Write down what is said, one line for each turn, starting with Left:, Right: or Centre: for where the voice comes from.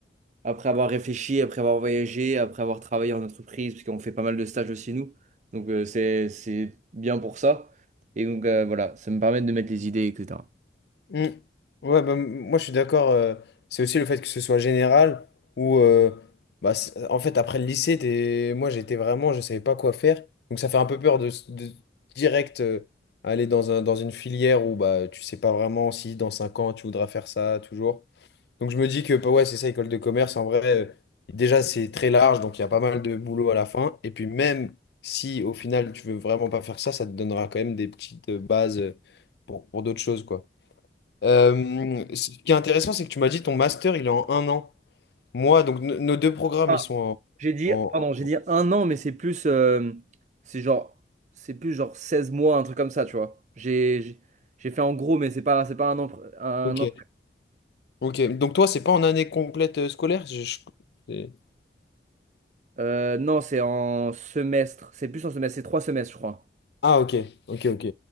Right: après avoir réfléchi, après avoir voyagé, après avoir travaillé en entreprise, parce qu'on fait pas mal de stages aussi, nous. Donc, euh, c'est, c'est bien pour ça. Et donc, euh, voilà, ça me permet de mettre les idées, et etc.
Left: Mm. Ouais, bah, m- moi je suis d'accord. euh, c'est aussi le fait que ce soit général ou euh, bah, c- en fait après le lycée, t'es- moi j'étais vraiment, je savais pas quoi faire. Donc ça fait un peu peur de, s- de direct euh, aller dans un, dans une filière où bah, tu sais pas vraiment si dans 5 ans tu voudras faire ça toujours. Donc je me dis que bah, ouais, c'est ça, école de commerce. En vrai, euh, déjà c'est très large, donc il y a pas mal de boulot à la fin. Et puis même si au final tu veux vraiment pas faire ça, ça te donnera quand même des petites euh, bases euh, pour, pour d'autres choses, quoi. Euh, ce qui est intéressant, c'est que tu m'as dit ton master, il est en un an. Moi, donc no- nos deux programmes,
Right: Ah,
Left: ils sont
Right: J'ai dit,
Left: en... en-
Right: pardon, j'ai dit un an, mais c'est plus, euh, c'est genre, c'est plus genre 16 mois, un truc comme ça, tu vois. J'ai, j'ai j'ai fait en gros, mais c'est pas, c'est pas un an, pr- un
Left: Ok,
Right: an.
Left: ok. Donc toi, c'est pas en année complète euh, scolaire? Je- je- c'est-
Right: Euh, non, c'est en semestre. C'est plus en semestre. C'est trois semestres, je crois.
Left: Ah, ok, ok, ok.